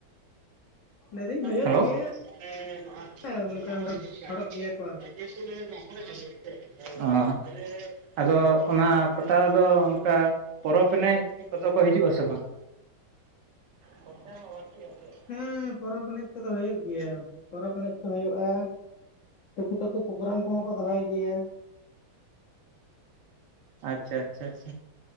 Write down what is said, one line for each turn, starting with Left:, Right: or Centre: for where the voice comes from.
Left: ᱞᱟᱹᱭᱫᱟᱹᱧ ᱦᱩᱭᱩᱜ
Right: ᱦᱮᱞᱳ᱾
Left: ᱜᱮᱭᱟ
Right: ᱥᱮ ᱱᱟᱦᱟᱸᱜ ᱡᱮᱢᱚᱱ
Left: ᱦᱮᱸ ᱚᱱᱠᱟ
Right: ᱱᱚᱣᱟ ᱫᱚ ᱪᱮᱫ ᱞᱮᱠᱟ
Left: ᱦᱚᱲᱚᱜ ᱜᱮᱭᱟ ᱠᱚ ᱟᱨᱠᱤ
Right: ᱡᱮ ᱦᱮᱛᱩ ᱢᱟᱜ-ᱢᱚᱬᱮ ᱛᱟᱵᱚᱱ ᱥᱮ, ᱚ᱾ ᱟᱫᱚ ᱚᱱᱟ ᱯᱟᱛᱟ ᱨᱮ ᱫᱚ ᱚᱱᱠᱟ ᱯᱚᱨᱚᱵᱽ ᱮᱱᱮᱡ ᱠᱚ ᱫᱚ ᱠᱚ ᱦᱤᱡᱩᱜᱼᱟ ᱥᱮ ᱵᱟᱝ? ᱠᱷᱚᱨᱪᱟ ᱢᱟ ᱵᱟᱲᱛᱤᱜ-ᱟ ᱥᱮ?
Left: ᱦᱮᱸ ᱯᱚᱨᱚᱵᱽ ᱮᱱᱮᱡ ᱠᱚᱫᱚ ᱦᱳᱭᱳᱜ ᱜᱮᱭᱟ᱾ ᱯᱚᱨᱚᱵᱽ ᱮᱱᱮᱡ ᱠᱚ ᱦᱳᱭᱳᱜᱼᱟ᱾ᱴᱩᱠᱩ, ᱴᱟᱠᱩ ᱛᱟᱠᱚ ᱯᱨᱳᱜᱨᱟᱢ ᱠᱚ ᱦᱚᱸ ᱠᱚ ᱫᱚᱦᱚᱭ ᱜᱮᱭᱟ᱾
Right: ᱟᱪᱪᱷᱟ ᱟᱪᱪᱷᱟ ᱟᱪᱪᱷᱟ,